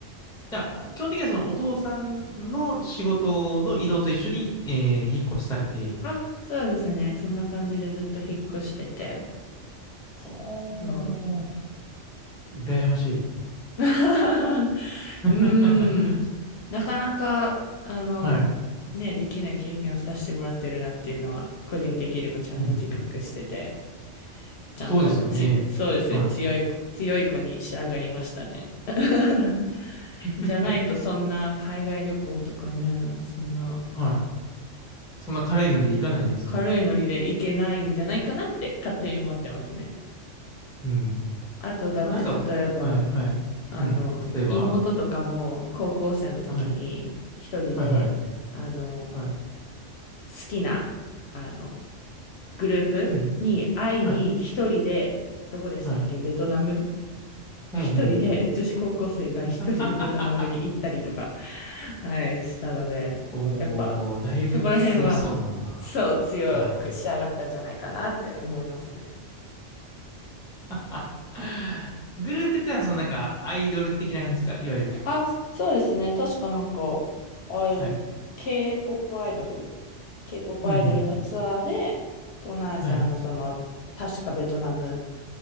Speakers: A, in the centre; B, on the left (about 65°).
A: じゃあ、基本的にはそのお父さんの仕事の移動と一緒に、えー引っ越しされて。
B: あ、そうですね。そんな感じでずっと引っ越してて。
A: は
B: そう。
A: あ、羨ましい。
B: <laughs> う
A: <laughs>
B: ーん。なかなか、あの、
A: はい。
B: ね、できない経験をさせてもらってるなっていうのは、個人的にもちゃんと自覚してて、
A: うん。
B: ちゃんとつ、
A: そうですよね。
B: そうですね、
A: はい。
B: 強い、強い子に仕上がりましたね。<laughs> じゃないと、
A: うん
B: そんな海外旅行とかね、そんな
A: はい。そんな軽いノリでいかないですよ。
B: 軽いノリで行けないんじゃないかなって勝手に思ってますね。
A: うん。
B: あと、だって、
A: まあ、なんか、
B: 例えば、
A: はい、はい。
B: あの、
A: うん。例えば、
B: 妹とかも高校生の時に一人で、
A: はい、はい、はい、
B: あの、
A: はい。
B: 好きな、あの、グループに会いに一人で、
A: うん。はい、
B: どこでしたっけ、
A: はい。
B: ベトナム
A: ほんほん。
B: 一人で、女子高校生が一人でベトナムに行ったりとか、
A: <laughs>
B: はい、したので、
A: おー、
B: やっぱ、
A: だいぶ強そうだな。
B: そこら辺は、そう強く仕上がったんじゃないかなって思いますね。
A: はい。あ、グループってのは、そのなんか、アイドル的な感じですかいわゆる。
B: あ、そうですね。確かなんか、ああいう
A: はい。
B: K-POP アイドル K-POP
A: うんうん。
B: アイドルのツアーで、東南アジアのその、
A: はい。
B: 確かベトナム